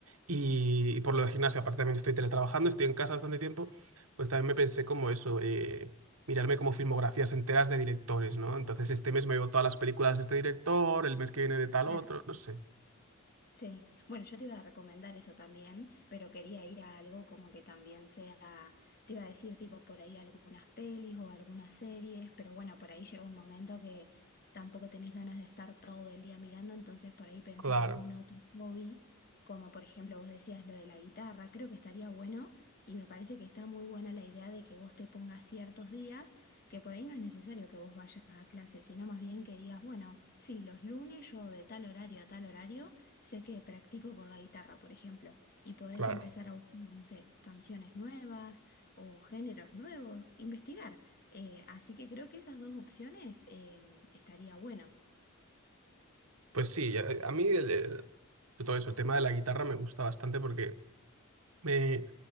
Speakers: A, on the right; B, on the left.
A: y, y por lo del gimnasio, aparte también estoy teletrabajando, estoy en casa bastante tiempo, pues también me pensé como eso, eh, mirarme como filmografías enteras de directores, ¿no? Entonces este mes me veo todas las películas de este director, el mes que viene de tal
B: claro.
A: otro, no sé.
B: Sí, bueno, yo te iba a recomendar eso también, pero quería ir a algo como que también sea, te iba a decir tipo por ahí algunas pelis o algunas series, pero bueno, por ahí llega un momento que tampoco tenés ganas de estar todo el día mirando, entonces por ahí pensar
A: Claro,
B: algún otro hobby, como por ejemplo vos decías lo de la guitarra, creo que estaría bueno y me parece que está muy buena la idea de que vos te pongas ciertos días, que por ahí no es necesario que vos vayas a clase, sino más bien que digas, bueno, sí, los lunes yo de tal horario a tal horario Sé que practico con la guitarra, por ejemplo, y podés
A: claro.
B: empezar a buscar, no sé, canciones nuevas o géneros nuevos, investigar. Eh, así que creo que esas dos opciones eh, estaría bueno.
A: Pues sí, a, a mí el- el- todo eso, el tema de la guitarra me gusta bastante porque me,